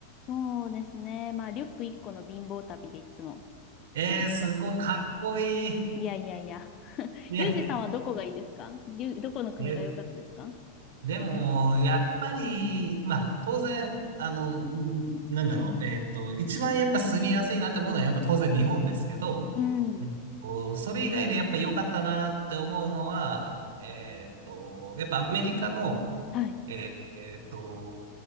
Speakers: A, on the left; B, on the right.
A: そうですね。まあ、リュック1個の貧乏旅でいつも
B: ええすごいかっこいい。
A: 行ってます。いやいやいや。
B: ね、
A: ユージさんはどこがいいですかリどこの国が良かったですか
B: え、でも、やっぱり、まあ、当然、あの、んなんだろう、えっと、一番やっぱ住みやすいなって思うのはやっぱ当然日本ですけど、
A: うん。
B: こう、それ以外でやっぱ良かったなって思うのは、えっと、やっぱアメリカの、
A: はい。
B: えっと、